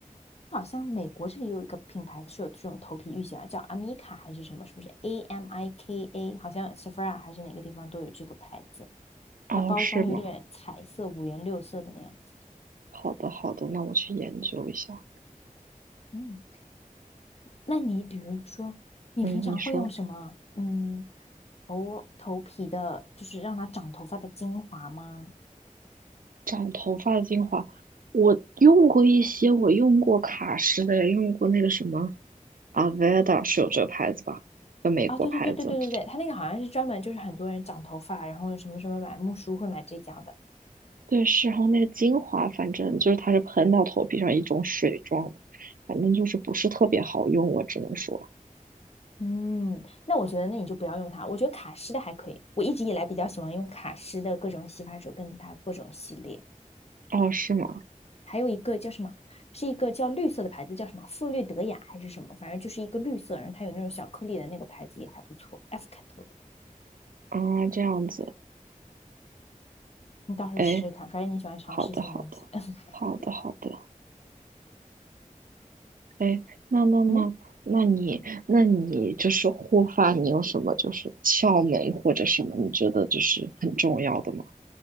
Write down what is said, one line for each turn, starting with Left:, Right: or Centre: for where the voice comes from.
Left: 好像美国这里有一个品牌是有这种头皮浴洗啊，叫 Amica 还是什么？是不是 A M I K A？好像 Sephora 还是哪个地方都有这个牌子，
Right: 哦，
Left: 它包装有点彩色、
Right: 是吗？
Left: 五颜六色的那样子。
Right: 好的，好的，那我去研究一下。
Left: 嗯，那你比如说，你平常会用什么？
Right: 嗯，你说
Left: 嗯，头头皮的，就是让它长头发的精华吗？
Right: 长头发的精华，我用过一些，我用过卡诗的，也用过那个什么 Aveda 是有这个牌子吧？个美国牌子。
Left: 啊，对对对对对对对，它那个好像是专门就是很多人长头发，然后什么什么买木梳会买这家的。
Right: 对，是，然后那个精华，反正就是它是喷到头皮上一种水状的，反正就是不是特别好用，我只能说。
Left: 嗯，那我觉得那你就不要用它。我觉得卡诗的还可以，我一直以来比较喜欢用卡诗的各种洗发水跟它各种系列。
Right: 哦，是吗？
Left: 还有一个叫什么，是一个叫绿色的牌子，叫什么馥绿德雅还是什么，反正就是一个绿色，然后它有那种小颗粒的那个牌子也还不错，F 开头的，
Right: 啊，这样子，
Left: 你到时候试试看。
Right: 哎，
Left: 反正你喜欢尝试新东西。
Right: 好的，好的，
Left: <laughs>
Right: 好的，好的，哎，那那那，
Left: 嗯，
Right: 那你，那你就是护发，你有什么就是窍门或者什么，你觉得就是很重要的吗？